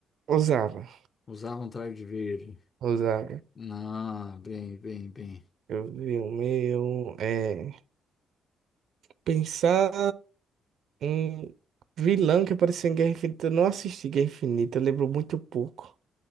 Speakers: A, on the right; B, on the left.
A: Usava.
B: Usava um traje verde.
A: Usava.
B: Não, bem, bem, bem.
A: Eu vi o meu. É. Pensar um vilão que apareceu em Guerra Infinita. Eu não assisti Guerra Infinita, eu lembro muito pouco.